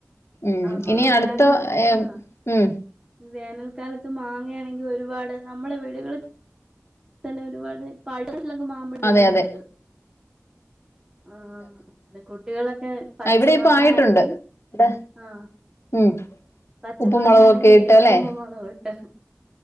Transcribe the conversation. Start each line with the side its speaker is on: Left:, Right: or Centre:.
Left: ഉം
Right: ആ മാങ്ങയാണെങ്കി
Left: ഇനി അടുത്ത ഏ
Right: ആ
Left: ഉം
Right: വേനൽക്കാലത്ത് മാങ്ങയാണെങ്കിൽ ഒരുപാട് നമ്മളെ വീടുകൾ തന്നെ ഒരുപാട് പഴാട്ടിലൊക്കെ മാമ്പഴ വീഴുന്നുണ്ട്
Left: അതെ അതെ
Right: ആഹ് പിന്നെ കുട്ടികളൊക്കെ പച്ച
Left: ഇവിടെ ഇപ്പൊ
Right: മാങ്ങയാണെങ്കിൽ
Left: ആയിട്ടുണ്ട് ഇവിടെ
Right: ആഹ്
Left: ഉം
Right: പച്ച
Left: ഉപ്പും
Right: മാങ്ങ
Left: മുളകൊക്കെ
Right: ആണെങ്കി ഇങ്ങനെ
Left: ഇട്ട്
Right: ഉപ്പും
Left: അല്ലെ
Right: മൂളകും ഇട്ട്